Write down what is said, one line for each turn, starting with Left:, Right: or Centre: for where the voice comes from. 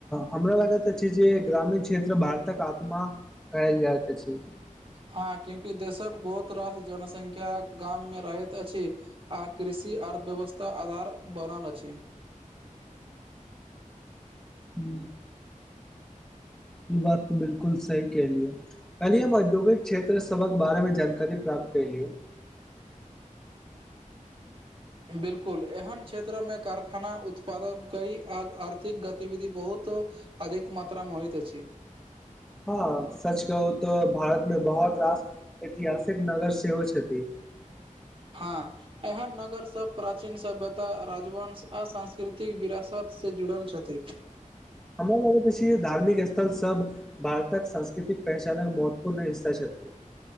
Centre: हमरा लागैत अछि जे ग्रामीण क्षेत्र भारतक आत्मा कहल जायत अछी
Right: हँ क्यूंकि देशक बहुत रास जनसंख्या गाम में रहैत अछि आ कृषि अर्थव्यवस्था आधार बनल अछि
Centre: हू ई बात तऽ बिल्कुल सही कह लियौ कल हम औद्योगिक क्षेत्र सबक बारे मे जानकारी प्राप्त केलिय
Right: बिलकुल एहन क्षेत्र में कारखाना उत्पादन कई आ आर्थिक गतिविधि बहुत अधिक मात्रामे होइत अछि
Centre: हँ सच कहू तऽ भारत मे बहुत रास ऐतिहासिक नगर सेहो छथि
Right: हँ एहन नगरसभ प्राचीन सभ्यता राजवंश आ सांस्कृतिक विरासतसँ जुड़ल छथि
Centre: हमरा लगैत अछि जे धार्मिक स्थल सब भारतक सांस्कृतिक पहचानक महत्वपूर्ण हिस्सा चलति